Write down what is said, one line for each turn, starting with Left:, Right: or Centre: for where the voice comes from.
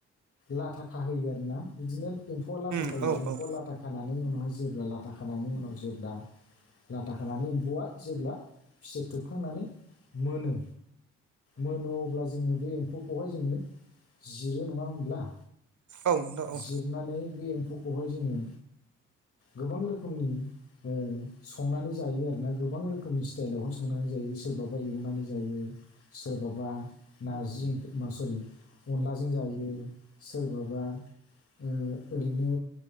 Left: लाथा खाहोयो आरोना बिदिनो एम्फौआ लाथा खायो
Right: नोंथां औ
Left: एम्फौ
Right: नोंथां औ
Left: लाथा खानानै उनावहाय जेब्ला लाथा खानायनि उनाव जेब्ला लाथा खानानै एम्फौआ जेब्ला फिथोब थुबखांनानै मोनो मोनो अब्ला जोङो बे एम्फौखौहाय जोङो जिरो। नङा होमब्ला?
Right: औ नोंथां औ।
Left: जिरनानै बे एम्फौखौहाय जोङो गोबां रोखोमनि ओ संनानै जायो आरोना गोबां रोखोमनि स्टाइलावहाय संनानै जायो। सोरबाबा एवनानै जायो सोरबाबा नारजि ओं मा सरि अनलाजों जायो सोरबाबा ओ ओरैनो